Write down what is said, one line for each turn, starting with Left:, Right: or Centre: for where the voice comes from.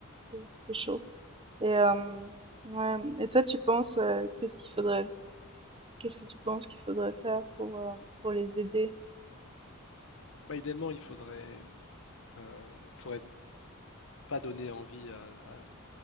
Right: c'est c'est chaud. Et euh, ouais, et toi, tu penses euh, qu'est-ce qu'il faudrait, qu'est-ce que tu penses qu'il faudrait faire pour euh, pour les aider?
Left: bah, idéalement, il faudrait, euh, faudrait pas donner envie à, à-